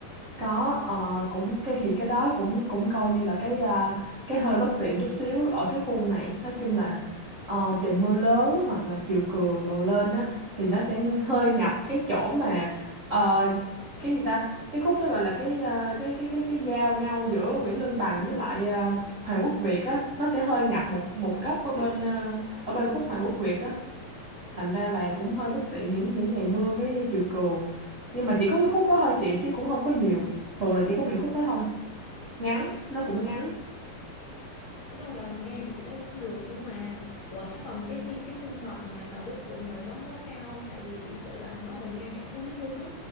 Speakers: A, on the right (about 55°); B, on the left (about 40°).
A: có ờ, cũng cái thì cái đó cũng cũng coi như là cái à, cái hơi bất tiện chút xíu ở cái khu này nói chung là ờ, trời mưa lớn hoặc là chiều cường đổ lên á thì nó sẽ hơi ngập cái chỗ mà ờ, cái gì ta cái khúc đó gọi là cái ờ, cái cái cái cái giao nhau giữa Nguyễn Lương Bằng với lại ờ, Hoàng Quốc Việt á nó sẽ hơi ngập một một góc ở bên ờ, ở bên khúc Hoàng Quốc Việt á thành ra là cũng hơi bất tiện những những ngày mưa với chiều cường nhưng mà chỉ có cái khúc đó thôi chị chứ cũng không có nhiều thường là chỉ có bị khúc đó thôi ngắn
B: Ờ,
A: nó cũng ngắn
B: nói chung là nghe thì chị thấy cũng được nhưng mà ủa thế còn cái chi phí sinh hoạt mà ở cái quận 7 đó nó có cao không tại vì chị sợ là nó ở ngay cạnh Phú Mỹ Hưng á